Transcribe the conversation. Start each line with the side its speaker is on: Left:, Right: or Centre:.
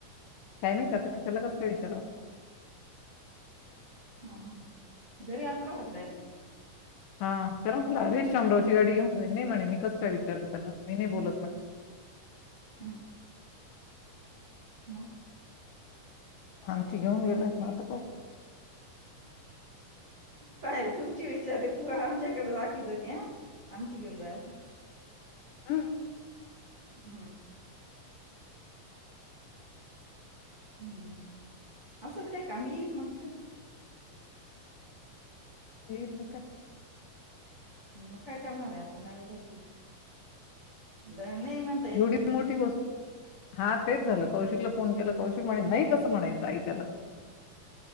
Left: काय माहित आता त्याला कस काय विचारवं?
Right: हा हा घरी आला होता का डायरेक्ट?
Left: हा त्याला म्हटलं अरे शामरावची गाडी घेऊन जाय. नाही म्हणे मी कसं काय विचारू त्याला मी नाही बोलत म्हणे
Right: हम्म. हम्.
Left: आमची घेऊन गेलय मता प
Right: काय तुमची विचार आहे तु आमच्याकडे दाखत होती ह. आमची घेऊन जा
Left: हं,
Right: हम्म. हम्म असंच काही कामी येईल मग काय?
Left: व पका.
Right: मग काय करणार आहे आता नवी त्याची द नाही म्ह.
Left: एवढी मोठी गोस्. हा तेच झालं कौशिकला फोन केला कौशिक म्हणे नाही कसं म्हणायचं आई त्याला